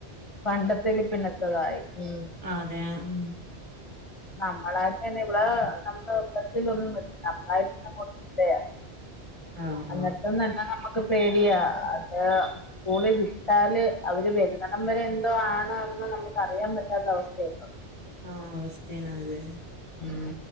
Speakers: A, on the left; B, on the right.
A: പണ്ടത്തേൽ പിന്നത്തതായി ഉം
B: ആഹ് അതെ ഉം
A: നമ്മളായിട്ട് തന്നെ ഇവിടെ നമ്മള് ബസിലൊന്നും <unintelligible> നമ്മളായിട്ട്ന്നെ അതെയ
B: ആഹ്
A: അന്നട്ടും
B: ആഹ്
A: തന്നെ നമുക്ക് പേടിയാ അത് സ്കൂളിൽ വിട്ടാല് അവര് വരുന്നടം വരെ എന്തോ ആണ്ന്ന് നമുക്ക് അറിയാൻ പറ്റാത്ത അവസ്ഥയാ ഇപ്പൊ
B: ആഹ് അവസ്ഥയാണില്ലേ
A: ഉം